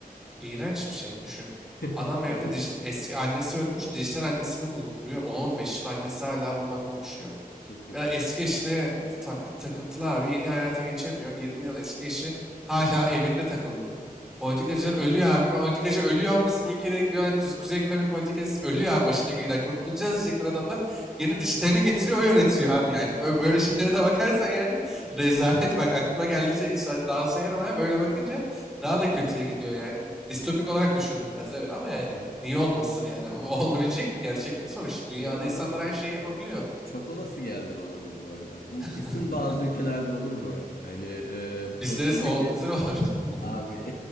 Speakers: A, in the centre; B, on the left.
A: İğrenç bir şey. Düşün.
B: <laughs>
A: Adam
B: Evet.
A: evde dij- eski annesi ölmüş, dijital annesini bulunduruyor. 10-15 yıl annesi hala bununla konuşuyor.
B: Çok kötü.
A: Ya eski eşine tak, takıntılı abi yeni hayata geçemiyor. 20 yıl eski eşi hala <laughs> evinde takılıyor. Politikacılar ölüyor abi. Politikacı ölüyor. ama Bizim ülkede diyor Kuze- Kuzey Kore'nin politikacısı ölüyor abi başına gidiyor. Kurtulacağız diyecekler adamlar. Yeni dijitalini getiriyor o yönetiyor abi yani. Ö-
B: Ya,
A: Böyle şeylere de bakarsan yani <laughs> rezalet. Bak aklıma geldikçe sa- daha sayarım abi. Böyle bakınca daha da kötüye gidiyor yani. Distopik olarak düşündüm biraz evet ama yani
B: aha.
A: niye olmasın yani. <laughs> Olabilecek gerçeklik sonuçta. Dünyada
B: Ya bana
A: insanlar her şeyi yapabiliyor.
B: çok olası geldi bana bu bu arada. Bu
A: <laughs>
B: kesin bazı ülkelerde olur bu arada. Hani e,
A: Bizde
B: başındaki
A: de ol, bizde de olur. <laughs>
B: Abi